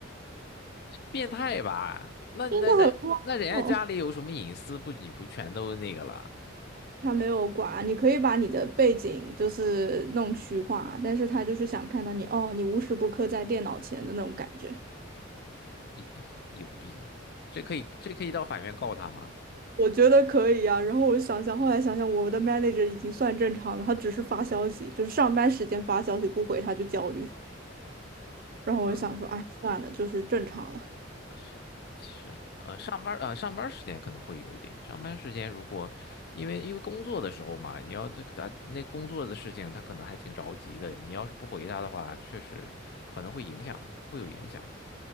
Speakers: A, on the left; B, on the right.
A: 变态吧？那那那那人家家里有什么隐私不？
B: 真的很荒谬。
A: 你不全都那个了？
B: 他没有管，你可以把你的背景就是弄虚化，但是他就是想看到你哦，你无时不刻在电脑前的那种感觉。
A: 有有病，这可以这可以到法院告他吗？
B: 我觉得可以啊，然后我想想，后来想想，我们的 manager 已经算正常了，他只是发消息，就是上班时间发消息不回他就焦虑。然后我想说，
A: 嗯，
B: 哎，算了，就是正常了。
A: 是，是，呃，上班呃，上班时间可能会有一点。上班时间如果因为因为工作的时候嘛，你要这个啊那工作的事情，他可能还挺着急的。你要是不回他的话，确实可能会影响，会有影响。